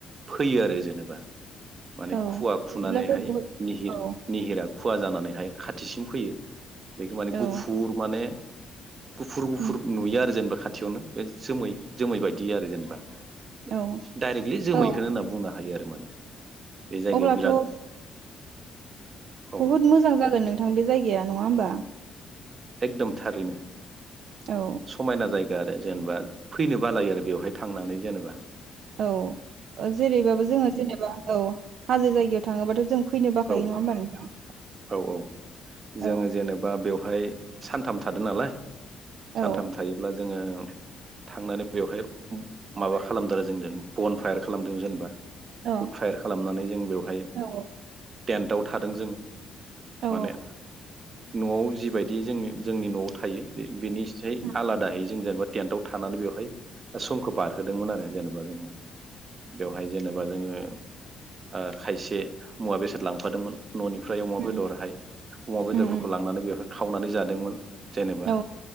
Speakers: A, on the right; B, on the right.
A: फैयो आरो जेनेबा माने
B: औ
A: खुवा खुनानैहाय
B: बिदिब्लाथ' बहुद
A: निहिर
B: औ
A: निहिरा खुवा जानानैहाय खाथिसिम फैयो बेखौ माने
B: औ
A: गुफुर माने गुफुर गुफुर
B: उम
A: नुयो आरो जेनेबा खाथियावनो बे जोमै जोमै बायदि आरो जेनेबा <inaudible>
B: औ
A: डायरेक्टलि जोमैखौनो
B: औ
A: होनना बुंना हायो आरो माने बे जायगायाव
B: अब्लाथ'
A: बिराद औ
B: बहुत मोजां जागोन नोंथां बे जायगाया गाया नङा होमबा?
A: एकदम थारैनो।
B: औ
A: समायना जायगा गा आरो। जेनेबा फैनो बालायो आरो बेवहाय थांनानै जेनेबा।
B: औ ओ जेरैबाबो जोङो जेनेबा औ हाजो जायगायाव थाङोबाथ' जों फै फैनो बाखायो
A: औ
B: नङा होमबा नोंथां?
A: औ औ जोङो
B: औ
A: जेनेबा बेवहाय सान थाम थादो नालाय।
B: औ
A: सानथाम थायोब्ला जोङो थांनानै बेवहाय माबा खालामदों आरो जों बन फायार खालामदों जेनेबा
B: औ
A: उटफायार खालामनानै जों बेवहाय
B: औ
A: टेन्टआव थादों जों।
B: औ
A: माने न'आव जिबायदि जों जोंनि न'आव थायो बे बेनि एसेहाय
B: उम
A: आलादाहै जों जेनेबा टेन्टाव थानानै बेवहाय समखौ बारहोदोंमोन आरो। जेन'बा जोङो बेवहाय जेनेबा जोङो ओ खायसे मुवा बेसाद लांफादोंमोन न'नि फ्राय अमा
B: उम
A: बेदरहाय अमा बेदरफोरखौ
B: उम
A: लांनानै बेवहाय खावनानै जादोंमोन जेनेबा
B: औ